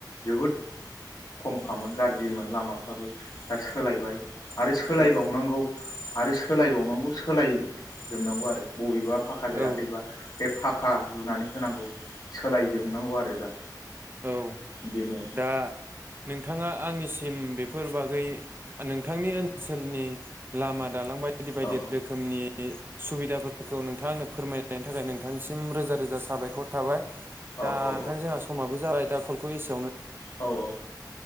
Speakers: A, on the left; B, on the right.
A: जोबोद खमखामोन गाज्रिमोन लामाफ्राबो दा सोलायबाय आरो सोलायबावनांगौ
B: औ
A: आरो सोलायबावनांगौ सोलायजोबनांगौ आरो बबेबा फाखा
B: औ
A: जायाखैबा बे फाखा लुनानै होनांगौ सोलायजोबनांगौ आरो दा
B: औ
A: बेनो
B: दा नोंथाङा आंनि सिम बेफोर बागै नोंथांनि ओनसोलनि लामा दालां बायदि बायदि
A: औ
B: रोखोमनि सुबिदाफोरखौ नोंथांआ फोरमायनायनि थाखाय नोंथांनिसिम रोजा रोजा साबायखर थाबाय।
A: औ
B: दा
A: औ
B: नोंथां जोंहा समाबो जाबाय दा कल‌ खौ‌ एसे
A: औ औ